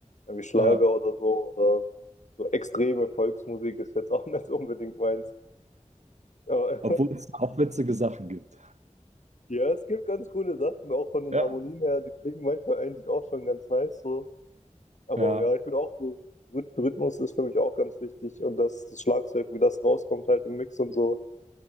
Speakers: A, on the left (about 65°); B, on the right (about 60°).
A: irgendwie Schlager
B: Ja.
A: oder so oder so extreme Volksmusik ist jetzt auch <laughs> nicht unbedingt meins. Aber
B: Obwohl
A: <laughs>
B: es auch witzige Sachen gibt.
A: ja, es gibt ganz coole Sachen, auch von den
B: Ja.
A: Harmonien her, die klingen manchmal eigentlich auch schon ganz nice so. Aber
B: Ja,
A: ja, ich bin auch so, Rhyth- Rhythmus ist für mich auch ganz wichtig und das, das Schlagzeug, wie das rauskommt halt im Mix und so.